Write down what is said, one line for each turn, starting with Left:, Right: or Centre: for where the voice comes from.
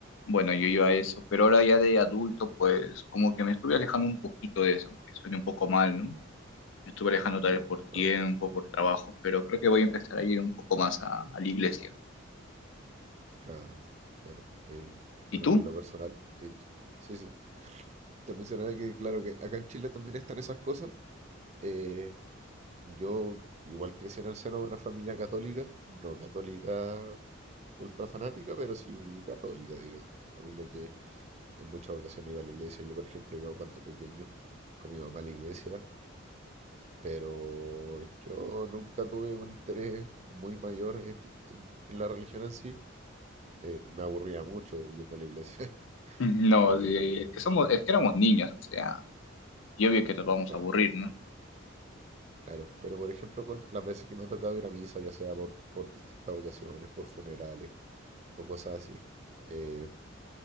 Left: Bueno, yo iba a eso, pero ahora ya de adulto, pues como que me estuve alejando un poquito de eso, aunque suene un poco mal, ¿no? Me estuve alejando tal
Right: ya,
Left: vez por tiempo,
Right: no.
Left: por trabajo, pero creo que voy a empezar a ir un poco más a, a la iglesia.
Right: Claro, claro. Eh,
Left: ¿Y
Right: bueno,
Left: tú?
Right: en lo personal, eh, sí, sí. Te mencionaba que, claro, que acá en Chile también están esas cosas. Eh, yo igual crecí en el seno de una familia católica, no católica ultra fanática, pero sí católica, digamos. Familia que en muchas ocasiones iba a la iglesia. Yo, por ejemplo, iba cuando pequeño con mi mamá a la iglesia, pero yo nunca tuve un interés muy mayor en, en- en la religión en sí. Eh, me aburría mucho yendo a la iglesia.
Left: No,
Right: Eh,
Left: de- es que somos, es que éramos niños, o sea, y obvio que nos vamos
Right: claro,
Left: a aburrir, ¿no?
Right: claro. Pero por ejemplo, cuando- las veces que me ha tocado ir a misa, ya sea por, por distintas ocasiones, por funerales o cosas así, eh,